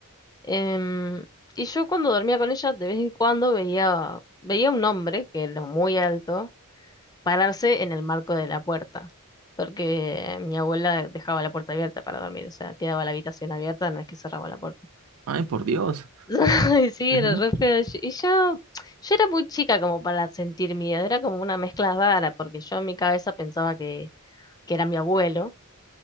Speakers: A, on the left (about 15°); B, on the right (about 70°).
A: Em, y yo cuando dormía con ella, de vez en cuando veía, veía un hombre, que era muy alto, pararse en el marco de la puerta, porque mi abuela dejaba la puerta abierta para dormir, o sea, quedaba la habitación abierta, no es que cerraba la puerta.
B: Ay, por Dios.
A: <laughs> Ay, sí,
B: Ujú.
A: era re feo. Y y yo, yo era muy chica como para sentir miedo, era como una mezcla rara, porque yo en mi cabeza pensaba que que era mi abuelo,